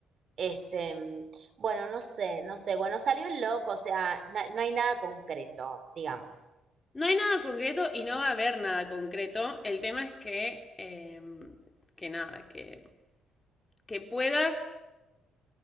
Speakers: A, on the right (about 50°); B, on the left (about 25°).
A: Este, mm, bueno, no sé, no sé. Bueno, salió el loco, o sea, na- no hay nada concreto, digamos.
B: No hay nada concreto y no va a haber nada concreto. El tema es que, em, que nada, que, que puedas...